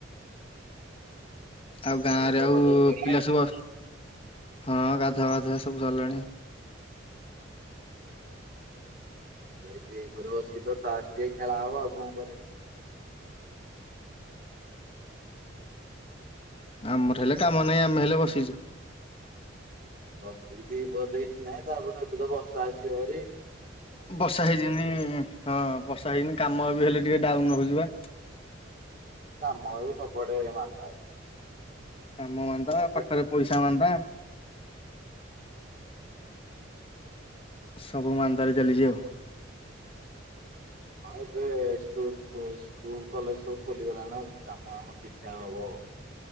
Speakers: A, on the left (about 30°); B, on the right (about 45°).
A: ଆଉ ଗାଁ
B: ଗାଧୁଆ
A: ରେ ଆଉ
B: ପାଧୁଆ ସଇଲା
A: ପିଲା ସବୁ ହଁ ଗାଧୁଆବାଧୁଆ ସବୁ ସରିଲାଣି।
B: ତ ଏଇଠି ଘରେ ବସି ତାସ୍ ଟିକେ ଖେଳା ହବ ଆଉ କଣ କରେ
A: ଆମର ହେଲେ କାମ ନାହିଁ ଆମେ ହେଲେ ବସିଛୁ।
B: ବସି ବ ଦେଇଛି ନାହିଁ ତାପରେ ଏବେ ତ ବର୍ଷା ଆସିବ ହାରି।
A: ବର୍ଷା ହେଇଯିନି ହଁ ବର୍ଷା ହେଇନି କାମ ବି ହେଲେ ଟିକେ ଡାଉନ ରହୁଛିିବା।
B: କାମ ବି ସବୁଆଡେ ଏବେ ମାନ୍ଦା ଅଛି।
A: କାମ ମାନ୍ଦା
B: ହଁ
A: ପାଖରେ ପଇସା ମାନ୍ଦା ସବୁ ମାନ୍ଦାରେ ଚାଲିଛି ଆଉ।
B: ହଁ ଏବେ ସ୍କୁଲ କଲେଜ ସବୁ ଖୋଲିଗଲା ନା କାମ ଫାମ ଠିକ ଠାକ ହବ ଆଉ।